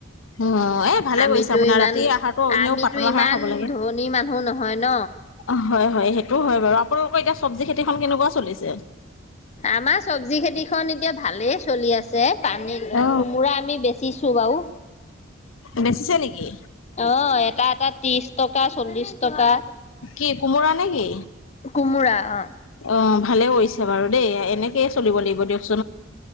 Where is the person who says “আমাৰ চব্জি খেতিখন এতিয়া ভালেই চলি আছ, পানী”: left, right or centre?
Left